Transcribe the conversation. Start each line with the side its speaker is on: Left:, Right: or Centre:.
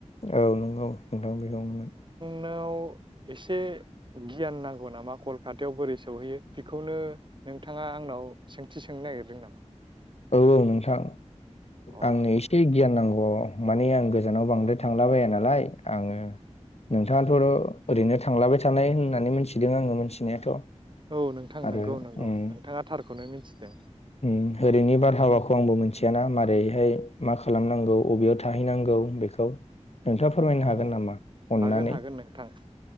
Left: औ नंगौ नोंथां बेखौनोमोन ।
Right: नाव एसे गियान नांगौ नामा कलकातायाव बोरै सौहैयो बिखौनो नोंथाङा आंनाव सोंथि सोंनो नागिरदों नामा?
Left: औ - औ नोंथां
Right: अ
Left: आंनो एसे गियान नांगौ अ माने आं गोजानाव बांद्राय थांला बाया नालाय आंङो नोंथांङाथ' ओरैनो थांलाबाय थानाय होननानै मिथिदों आंङो मिथिनायाथ'
Right: औ नोंथां
Left: आरो
Right: नंगौ - नंगौ
Left: उम
Right: नोंथांङा थारखौनो मिथिदों
Left: उम ओरैनि बारहावाखौ आंबो मोनथियाना मारोरैहाय मा खालामनांगौ बबेयाव थाहैनांगौ बेखौ नोंथाङा फोरमायनो
Right: अ
Left: हागोन नामा अननानै
Right: हागोन हागोन नोंथां